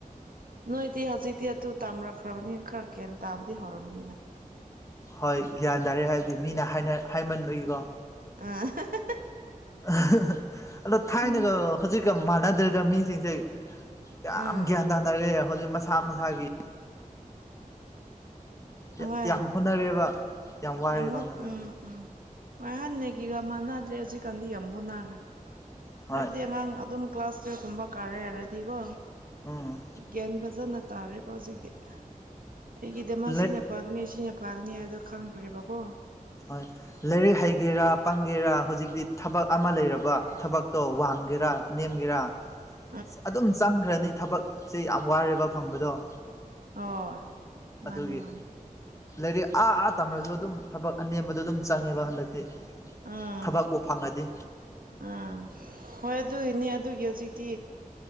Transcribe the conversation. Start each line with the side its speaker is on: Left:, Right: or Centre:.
Right: ꯅꯣꯏꯗꯤ ꯍꯧꯖꯤꯛꯇꯤ ꯑꯗꯨ ꯇꯝꯔꯛꯈ꯭ꯔꯕꯅꯤꯅ ꯈꯔ ꯒꯌꯥꯟ ꯇꯥꯕꯗꯤ ꯍꯧꯔꯝꯃꯅꯤ ꯅꯪ
Left: ꯍꯣꯏ ꯒ꯭ꯌꯥꯟ ꯇꯥꯔꯦ ꯍꯥꯏꯕꯗꯤ ꯃꯤꯅ ꯍꯥꯏꯅ ꯍꯥꯏꯃꯟꯕꯒꯤꯀꯣ
Right: ꯑꯥ ꯍ ꯍꯥ ꯍꯥ ꯍ
Left: ꯑꯍ ꯍ ꯑꯗꯣ ꯊꯥꯏꯅꯒ
Right: ꯎꯝ
Left: ꯍꯧꯖꯤꯛꯀ ꯃꯥꯟꯅꯗ꯭ꯔꯦꯗ ꯃꯤꯁꯤꯡꯁꯦ ꯌꯥꯝ
Right: ꯎꯝ
Left: ꯒ꯭ꯌꯥꯟ ꯇꯥꯅꯔꯦ ꯍꯧꯖꯤꯛ ꯃꯁꯥ ꯃꯁꯥꯒꯤ
Right: ꯍꯣꯏ
Left: ꯌꯥ ꯌꯥꯝ ꯍꯣꯠꯅꯔꯦꯕ ꯋꯥꯔꯦꯕ
Right: ꯌꯥꯝ ꯍꯣꯟ
Left: ꯃꯇꯝꯁꯦ
Right: ꯎꯝ ꯎꯝ ꯃꯣꯏ ꯍꯥꯟꯅꯒꯤꯒ ꯃꯥꯟꯅꯗ꯭ꯔꯦ ꯍꯧꯖꯤꯛꯀꯥꯟꯗꯤ ꯌꯥꯝ ꯍꯣꯠꯅꯈ꯭ꯔꯦ
Left: ꯍꯣꯏ
Right: ꯍꯥꯏꯕꯗꯤ ꯑꯉꯥꯡ ꯑꯗꯨꯝ ꯀ꯭ꯂꯥꯁ ꯇꯨꯌꯦꯜꯞ ꯀꯨꯝꯕ ꯀꯥꯔꯦ ꯍꯥꯏꯔꯗꯤꯀꯣ
Left: ꯎꯝ
Right: ꯒ꯭ꯌꯥꯟ ꯐꯖꯅ ꯇꯥꯔꯦꯕ ꯍꯧꯖꯤꯛꯇꯤ ꯑꯩꯒꯤꯗꯃꯛ
Left: ꯍꯣꯏ
Right: ꯁꯤꯅ ꯐꯒꯅꯦ ꯁꯤꯅ ꯐꯒꯅꯤ ꯍꯥꯏꯕꯗꯣ ꯈꯪꯈ꯭ꯔꯦꯕꯀꯣ
Left: ꯍꯣꯏ ꯂꯥꯏꯔꯤꯛ ꯍꯩꯒꯦꯔꯥ ꯄꯪꯒꯦꯔꯥ ꯍꯧꯖꯤꯛꯇꯤ ꯊꯕꯛ ꯑꯃ ꯂꯩꯔꯕ ꯊꯕꯛꯇꯣ ꯋꯥꯡꯒꯦꯔꯥ ꯅꯦꯝꯒꯦꯔꯥ
Right: <unintelligible>
Left: ꯑꯗꯨꯝ ꯆꯪꯈ꯭ꯔꯅꯤ ꯊꯕꯛꯁꯦ ꯌꯥꯝ ꯋꯥꯔꯦꯕ ꯐꯪꯕꯗꯣ
Right: ꯑꯣ ꯃꯥꯅꯦ
Left: ꯑꯗꯨꯒꯤ
Right: ꯃꯥꯅꯦ
Left: ꯂꯥꯏꯔꯤꯛ ꯑꯥ ꯑꯥ ꯇꯝꯃꯔꯁꯨ ꯑꯗꯨꯝ ꯊꯕꯛ ꯑꯅꯦꯝꯕꯗꯣ ꯑꯗꯨꯝ ꯆꯪꯉꯦꯕ ꯍꯟꯗꯛꯇꯤ
Right: ꯑꯥ
Left: ꯊꯕꯛꯄꯨ ꯐꯪꯉꯗꯤ
Right: ꯑꯥ ꯍꯣꯏ ꯑꯗꯨꯒꯤꯅꯤ ꯑꯗꯨꯒꯤ ꯍꯧꯖꯤꯛꯇꯤ